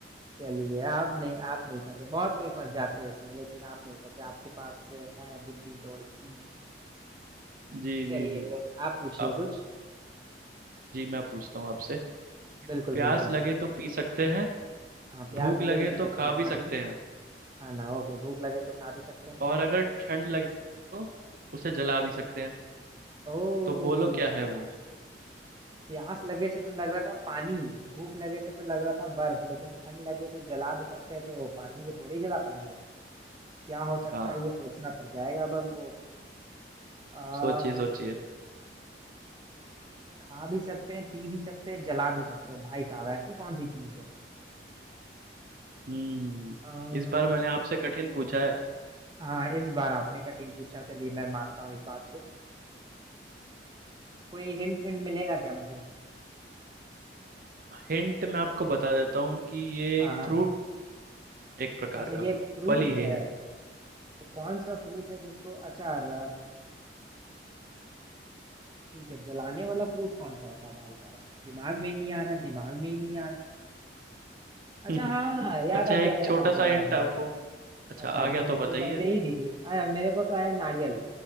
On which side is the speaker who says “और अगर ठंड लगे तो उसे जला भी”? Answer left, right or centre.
Right